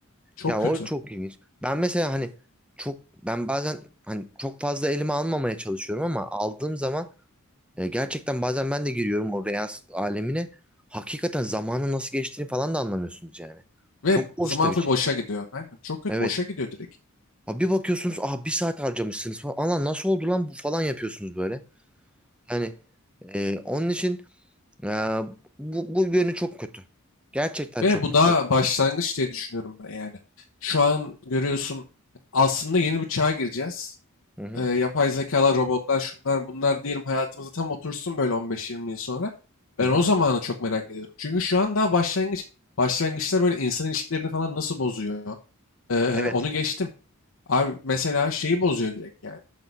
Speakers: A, on the left; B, in the centre.
A: Çok
B: Ya
A: kötü.
B: o çok ilginç. Ben mesela hani çok ben bazen hani çok fazla elime almamaya çalışıyorum ama aldığım zaman E, gerçekten bazen ben de giriyorum o real alemine. Hakikaten zamanın nasıl geçtiğini falan da anlamıyorsunuz yani.
A: Ve
B: Çok boş
A: zaman
B: da
A: full
B: bir şey.
A: boşa gidiyor. Aynen çok kötü
B: Evet.
A: boşa gidiyor direkt.
B: Ha, bir bakıyorsunuz aha bir saat harcamışsınız falan. Allah nasıl oldu lan bu falan yapıyorsunuz böyle. Yani e, onun için e, bu, bu yönü çok kötü. Gerçekten
A: Ve
B: çok
A: bu
B: kötü.
A: daha başlangıç diye düşünüyorum ben yani. Şu an görüyorsun aslında yeni bir çağa gireceğiz.
B: Hı hı,
A: Ee, yapay zekalar, robotlar, şunlar bunlar diyelim hayatımıza tam otursun böyle 15-20 yıl sonra.
B: hı
A: Ben
B: hı.
A: o zamanı çok merak ediyorum. Çünkü şu an daha başlangıç. Başlangıçta böyle insan ilişkilerini falan nasıl bozuyor? Ee,
B: Evet.
A: onu geçtim. Abi mesela şeyi bozuyor direkt yani.